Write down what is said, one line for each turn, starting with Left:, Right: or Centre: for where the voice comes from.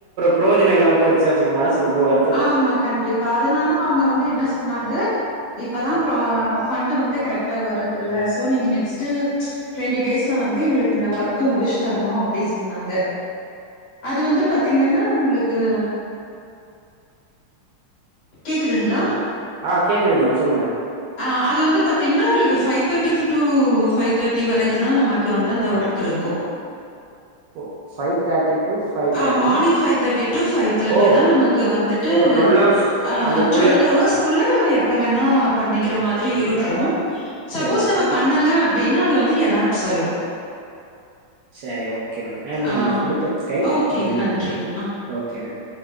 Right: ப்ரோஜனொ இல்லாம போய்டுச்சாச்சு மனசு ரொம்ப வரு
Left: ஆமா கண்டிப்பா அதனால அவ்ங்க வந்து என்ன சொன்னாங்க இப்பதா
Right: ம்
Left: ப்ரா ஃபண்டு வந்து கரக்ட்டா வருது இல்ல சோ நீங்க நெக்ஸ்ட்டு ட்வெண்ட்டி டேஸ்ல வந்து எங்களுக்கு இந்த வர்க்கு முடுச்சு தரணு அப்பிடி சொன்னாங்க அது வந்து
Right: ஓகே
Left: பாத்தீங்கன்னா
Right: ஓகே
Left: உங்களுக்கு கேக்குதுங்களா?
Right: கொற ஆ கேக்குது மேம் சொல்லுங்க
Left: அ அது வந்து பாத்தீங்கன்னா உங்களுக்கு ஃபைவ் தேட்டி ஃப் டூ ஃபைவ் தேட்டி வரக்கு தா நமக்கு வந்து அந்த வர்க் இருக்கு
Right: ஓ ஃபைவ் தேர்ட்டி டு ஃபைவ்
Left: ஆ
Right: தேர்ட்டினா
Left: மானிங் ஃபைவ் தேட்டி டூ ஃபைவ் தேட்டி
Right: ஓ
Left: தா நமக் கு வந்துட்டு
Right: ஓ டுவெல் ஹவர்ஸ்
Left: ஆ
Right: அதுக்குள்ள
Left: ட்வெல் ஹவர்ஸ் குள்ள நம்ம எப்ப வேணா பண்ணிக்கெற மாதிரி இருக்கு சப்போஸ்
Right: சரி ஓகே
Left: நம்ம
Right: மேம்
Left: பண்ணல அப்டின்னா அது வந்து எலாப்ஸ் ஆய்ரு
Right: செரி ஓகே மேம் மேம்
Left: ஆ.
Right: நம்ம குடுத்த டைம்
Left: ஓகேங்க.
Right: முடுஞ்சி
Left: நன்றி.
Right: விட்டது மேம்
Left: ஆ.
Right: Okay ma'am